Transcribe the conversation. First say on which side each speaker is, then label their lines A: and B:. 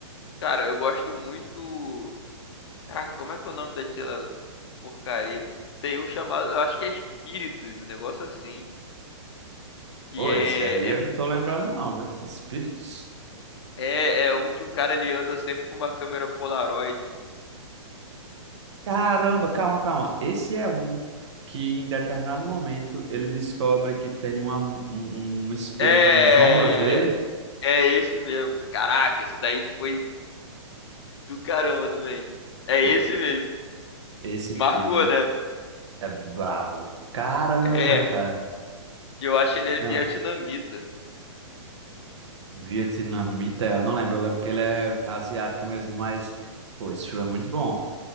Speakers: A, on the left; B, on the right.
A: cara, eu gosto muito. Caraca, como é que é o nome daquela porcaria? Tem um chamado, eu acho que é Espíritos, um negócio assim, que
B: Pô, esse aí
A: é, é,
B: eu não tô lembrando, não, viu? Espíritos.
A: é, é um de um cara ele anda sempre com uma câmera Polaroid.
B: Caramba, calma, calma. Esse é um que em determinado momento ele descobre que tem uma- um, um espírito
A: É,
B: nos ombros dele.
A: é esse mesmo. Caraca, esse daí foi do caramba também. É
B: Pô,
A: esse mesmo.
B: esse
A: Marcou,
B: filme.
A: né?
B: É brabo. Caramba,
A: É,
B: cara.
A: Cara, eu acho que ele é
B: Não,
A: vietnamita.
B: vietnamita, eu não lembro. Eu lembro que ele é asiático mesmo, mas, pô, esse filme é muito bom.